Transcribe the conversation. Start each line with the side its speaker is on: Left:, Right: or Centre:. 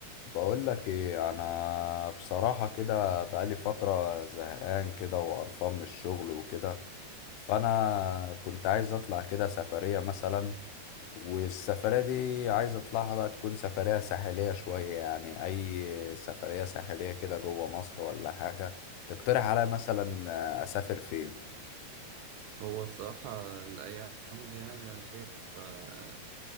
Left: بقول لك ايه انا بصراحة كده بقالي فترة زهقان كده وقرفان من الشغل وكده فانا كنت عايز اطلع كده سفرية مثلا والسفرية دي عايز اطلعها بقى تكون سفرية ساحلية شوية يعني اي سفرية ساحلية كده جوه مصر ولا حاجة تقترح عليا مثلا اسافر فين
Right: هو الصراحة الأيام دي يعني أنا شايف آه،